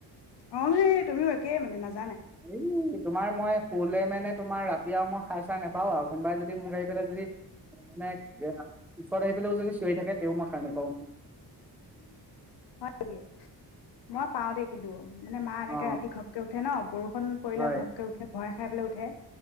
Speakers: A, on the left; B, in the centre.
A: অ তুমিও একে মানে নাজান
B: হ তোমাৰ মই শলে মানে তোমাৰ ৰাতি আৰু মই সাৰ চাৰ নোপাও আৰু কোনোবাই যদি মোক আহি পেলাই যদি মানে ওচৰত আহি পেলাইও যদি চিঞৰি থাকে তেও মই সাৰ নোপাওঁ
A: হয় নেকি মই পাও দেই কিন্তু মানে মা এনেকে
B: অ
A: ৰাতি ঘপকে উঠে ন বৰষুণ খন পৰিলে
B: হয়
A: ঘপকে উঠে ভয় খাই পেলাই উঠে।